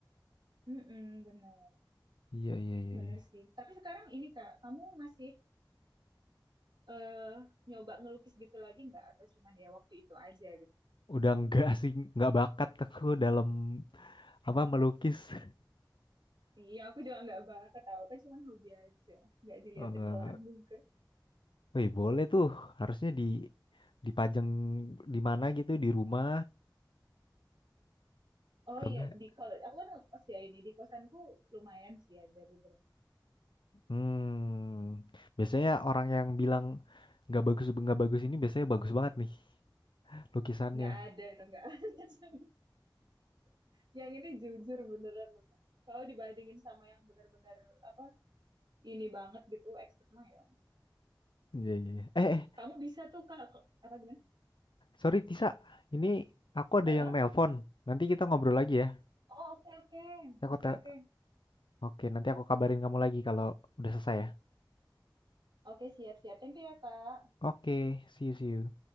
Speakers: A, on the right (about 60°); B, on the left (about 80°).
A: Mm-mm, bener,
B: Iya iya iya.
A: bener
B: iya.
A: sih. Tapi sekarang ini Kak, kamu masih eh nyoba ngelukis gitu lagi nggak? Atau cuman ya waktu itu aja
B: Udah nggak <laughs> sih nggak bakat aku <laughs> dalam apa melukis.
A: Iya, aku juga nggak banget tahu kan cuman hobi aja, nggak diliatin
B: eh
A: ke orang juga.
B: wih boleh tuh harusnya di dipajang di mana gitu di rumah
A: Oh
B: atau
A: iya,
B: enggak?
A: di kalau aku kan ngekos ya ini di kosanku lumayan sih ada beberapa.
B: Hmm, biasanya orang yang bilang nggak bagus nggak bagus ini biasanya bagus banget nih lukisannya.
A: Nggak ada itu nggak ada. <laughs> Yang ini jujur beneran. Kalau dibandingin sama yang bener-bener apa ini banget gitu expert mah ya.
B: Iya iya. iya. Eh eh
A: Kamu bisa tuh kak apa gimana?
B: Sorry Tisa, ini aku ada
A: Eh?
B: yang nelpon. Nanti kita ngobrol lagi ya.
A: Oh oke oke
B: Aku
A: oke
B: te-
A: oke
B: Oke, nanti aku kabarin kamu lagi kalau udah selesai ya.
A: oke siap siap. Thank you ya kak.
B: Oke, see you, see you.